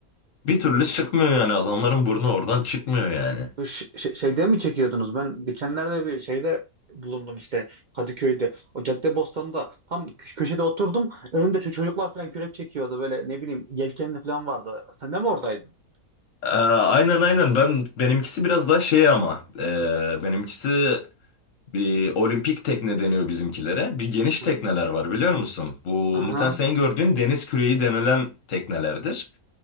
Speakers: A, on the left (about 60°); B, on the right (about 75°).
A: Bir türlü çıkmıyor yani adamların burnu oradan çıkmıyor yani.
B: ş- ş- şeyde mi çekiyordunuz? Ben geçenlerde bir şeyde bulundum işte Kadıköy'de. O Caddebostan'da tam kö- köşede oturdum. Önümde ço- çocuklar falan kürek çekiyordu. Böyle ne bileyim yelkenli falan vardı. Sen de mi oradaydın?
A: Ee, aynen aynen ben benimkisi biraz daha şey ama ee, benimkisi bir olimpik tekne deniyor bizimkilere. Bir geniş
B: Hı.
A: tekneler var biliyor musun? Bu
B: Aha.
A: muhtemelen senin gördüğün deniz küreği denilen teknelerdir.